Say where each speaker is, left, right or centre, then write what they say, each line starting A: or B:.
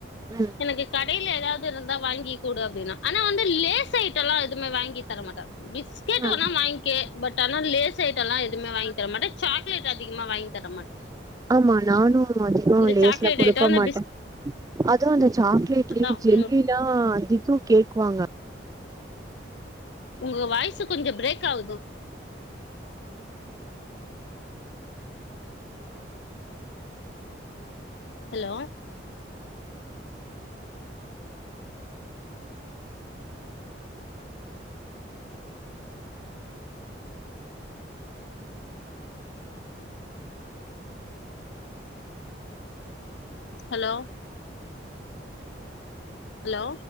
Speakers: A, on the right; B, on the left.
A: ம்
B: எனக்கு கடைல எதாவது இருந்தா வாங்கி குடு அப்டின்னா ஆனா வந்து லேஸ் அயி டெல்லா எதுவமே வாங்கி தர மாட்ட பிஸ்
A: ஆ
B: வாங்கிக பட் ஆனா லேஸ் அய்ட்டெல்லா எதுமே வாங்கி தர மாட்ட சாக்லேட் அதிகமா வாங்கி தர மாட்ட
A: ஆமா நானு அதிகோ
B: இந்த
A: லேஸ்ல்லா
B: சாக்லேட்
A: குடுக்க
B: ஐட்டோ இந்த
A: மாட்ட அதா அந்த சாக்லேட்லியே
B: பிஸ்கட் தா
A: ஜெல்லில்லா
B: ம்
A: அதிகோ கேக்குவாங்க
B: உங்க வாய்ஸு கொஞ்சோ பிரேக் ஆது ஹலோ ஹலோ ஹலோ